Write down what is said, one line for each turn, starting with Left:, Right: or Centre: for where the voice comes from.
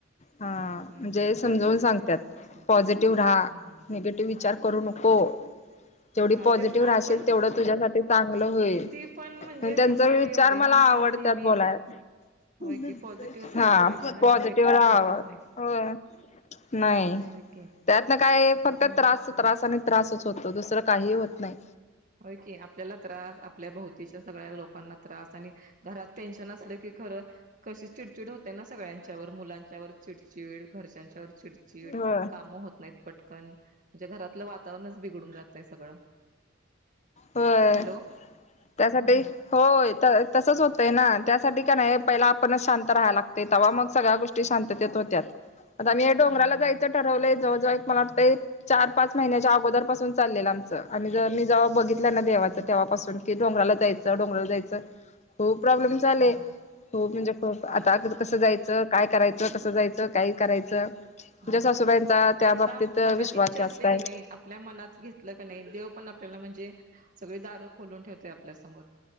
Left: हां
Right: हा
Left: म्हणजे
Right: हा
Left: समजवून सांगतात
Right: अच्छा
Left: पॉझिटिव्ह राहा
Right: हम्म हम्म
Left: निगेटिव विचार करू नको. जेवढी
Right: हा
Left: पॉझिटिव्ह
Right: तेच ना
Left: राहशिल
Right: आपण
Left: तेवढं तुझ्यासाठी चांगलं होईल
Right: किती पण म्हणजे
Left: आणि त्यांचा
Right: संकट
Left: विचार
Right: येऊ दे
Left: मला
Right: माणसानं
Left: आवड
Right: नेहमी
Left: तय बोलायला. <unintelligible>
Right: होय की पॉझिटिव्हच
Left: हा
Right: राहिलं पाहिजे ना
Left: पॉझिटिव्ह
Right: निगेटिव्ह
Left: राहाव.
Right: राहायचंच नाही
Left: होय. नाही
Right: होय की
Left: त्यात न काय
Right: हम्म
Left: फक्त त्रास त्रास आणि त्रासच होतो दुसरं काही होत नाही.
Right: होय की. आपल्याला त्रास आपल्या भोवतीच्या सगळ्या लोकांना त्रास आणि घरात टेन्शन असलं की खरं कशी चिडचिड होते ना सगळ्यांच्यावर? मुलांच्यावर चिडचिड. घरच्यांच्यावर चिड चिड.
Left: होय
Right: काम होत नाहीत पटकन. म्हणजे घरातलं वातावरणच बिघडून जातय सगळं.
Left: होय.
Right: हॅलो
Left: त्यासाठी
Right: हम्म
Left: होय त तसच होतय ना त्यासाठी का नाही पहिला आपणच शांत राहायला लागतय. तवा मग सगळ्या गोष्टी शांततेत होत्यात. आता मी हे डोंगराला
Right: हम्म
Left: जायचं ठरवलंय जवळ - जवळ एक मला वाटतंय. चार -पाच महिन्याच्या अगोदरपासून चाललेल आमचं आम्ही जवा मी जव्हा बघित ना देवाच
Right: हम्म
Left: तेवापासून की डोंगराला जायचं. डोंगराला जायचं खूप प्रॉब्लेम्स आले.
Right: हा हा
Left: खूप म्हणजे खूप. आता
Right: हा
Left: कसं जायचं? काय करायचं? कसं जायचं? काय करायचं?
Right: हा
Left: तुझ्या सासूबाईंचा
Right: हा
Left: त्या
Right: एकदा
Left: बाबतीत
Right: मनात
Left: विश्वास
Right: इच्छा
Left: जास्त
Right: असली
Left: आहे.
Right: की नाही आपल्या मनात घेतलं का नाही? देव पण आपल्याला म्हणजे सगळी दारं खोलून ठेवत्या -- आपल्या समोर